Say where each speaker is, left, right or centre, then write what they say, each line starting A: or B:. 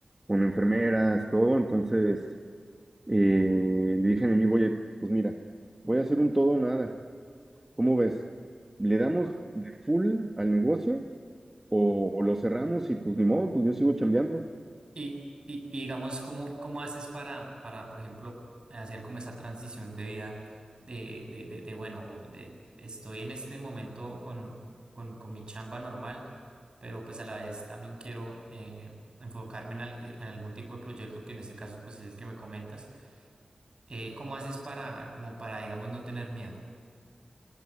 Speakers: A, on the right (about 15°); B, on the right (about 45°).
A: con enfermeras, todo, entonces eh, le dije a mi amigo, oye, pues mira, voy a hacer un todo o nada, ¿cómo ves? ¿Le damos de full al negocio o, o lo cerramos y pues ni modo, pues yo sigo chambeando?
B: Y, y, y digamos, ¿cómo, cómo haces para, para, por ejemplo, hacer como esa transición de vida de, de, de, de, bueno, de, estoy en este momento con, con, con mi chamba normal, pero pues a la vez también quiero eh, enfocarme en, al- eh, en algún tipo de proyecto que en este caso pues es el que me comentas. Eh, ¿cómo haces para, como para, digamos, no tener miedo?